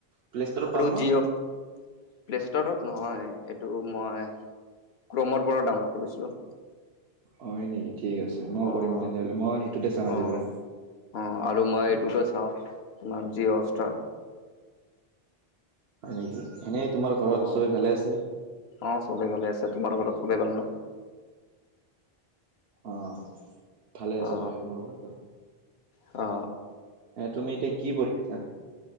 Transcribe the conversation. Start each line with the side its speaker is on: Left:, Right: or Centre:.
Right: প্লে ষ্টৰত
Left: আৰু
Right: পাম ন
Left: যি প্লেষ্টৰত নহয় এইটো মই ক্ৰমৰ পৰা ডাউনলোড কৰিছিলোঁ।
Right: হয় নেকি ঠিক আছে মইও
Left: অ'।
Right: কৰিম তেনেহ'লে মই ততে চাম আজি
Left: অ',
Right: পৰা
Left: অ আৰু মই
Right: অ
Left: এইতো চাও তোমাৰ যি অৱস্থা
Right: হয় নেকি এনেই তোমাৰ ঘৰত
Left: অ'।
Right: চবেই ভালে আছে।
Left: অ সবেই ভালে আছে তোমাৰ ঘৰত সবেই ভাল ন
Right: অ ভালে আছে
Left: অ
Right: চব এক মোৰ ঘৰটো
Left: অ
Right: এ তুমি এতিয়া কি পঢ়িছা